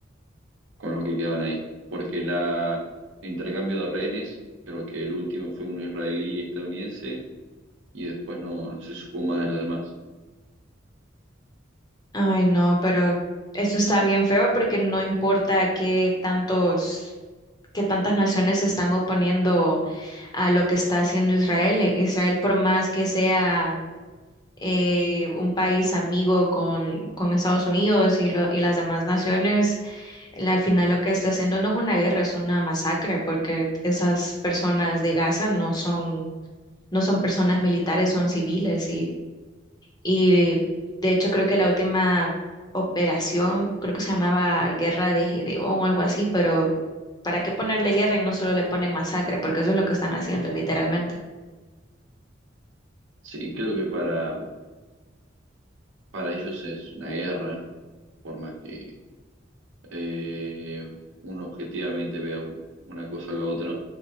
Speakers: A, on the right; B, on the left.
A: con los que quedaban ahí. Porque la, el intercambio de rehenes, creo que el último fue un israelí estadounidense y después no, no se supo más de los demás.
B: Ay, no, pero eso está bien feo porque no importa qué tantos, qué tantas naciones se están oponiendo a lo que está haciendo Israel. eh, Israel, por más que sea eh, un país amigo con, con Estados Unidos y, lo- y las demás naciones, el- al final lo que está haciendo no es una guerra, es una masacre, porque esas personas de Gaza no son, no son personas militares, son civiles y de hecho creo que la última operación, creo que se llamaba Guerra de Gedeón o algo así, pero ¿para qué ponerle guerra y no solo le ponen masacre? Porque eso es lo que están haciendo literalmente.
A: Sí, creo que para, para ellos es una guerra por más que eh, uno objetivamente vea u- una cosa o la otra.